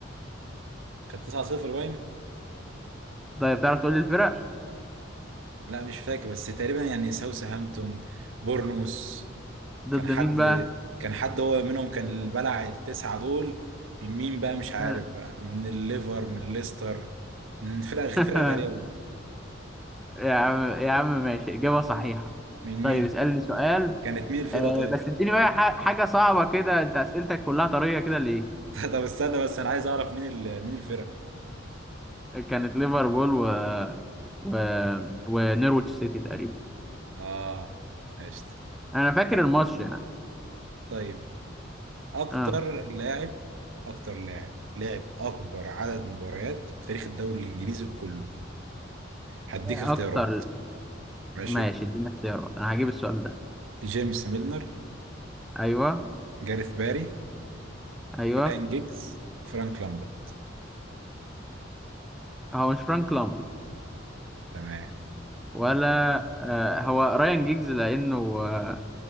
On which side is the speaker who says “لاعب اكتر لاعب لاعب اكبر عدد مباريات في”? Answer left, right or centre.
Right